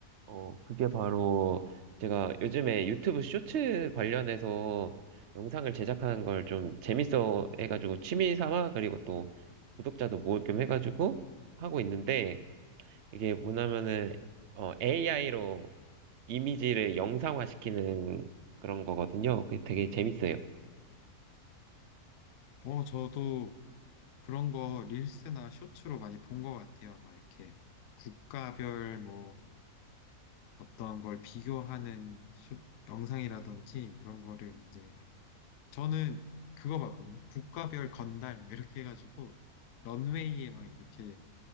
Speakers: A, on the right; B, on the left.
A: 어, 그게 바로 제가 요즘에 유튜브 쇼츠 관련해서 영상을 제작하는 걸 좀 재밌어 해가지고 취미 삼아, 그리고 또 구독자도 모을 겸 해가지고 하고 있는데, 이게 뭐냐면은, 어, AI로 이미지를 영상화시키는 그런 거거든요. 그게 되게 재밌어요.
B: 어, 저도 그런 거 릴스나 쇼츠로 많이 본 것 같아요. 막 이렇게 국가별 뭐 어떤 걸 비교하는 쇼, 영상이라든지 이런 거를 이제 저는 그거 봤거든요. 국가별 건달 뭐 이렇게 해가지고 런웨이에 막 이렇게